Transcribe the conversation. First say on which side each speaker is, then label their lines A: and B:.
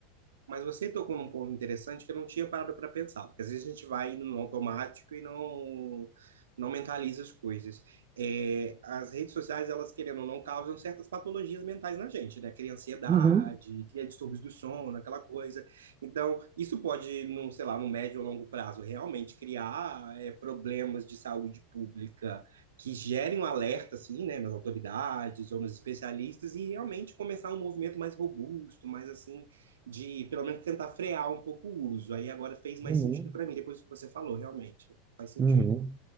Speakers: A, on the right; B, on the right.
A: Mas você tocou num ponto interessante que eu não tinha parado para pensar, porque às vezes a gente vai indo no automático e não não mentaliza as coisas. É, as redes sociais, elas querendo ou não, causam certas patologias mentais na gente, né? Cria ansiedade,
B: Uhum,
A: cria distúrbios do sono, aquela coisa. Então, isso pode, num, sei lá, no médio ou longo prazo, realmente criar é, problemas de saúde pública que gerem um alerta, assim, né, nas autoridades ou nos especialistas e realmente começar um movimento mais robusto, mais assim de pelo menos tentar frear um pouco o uso. Aí agora fez mais
B: uhum,
A: sentido para mim, depois que você falou, realmente. Faz sentido.
B: uhum.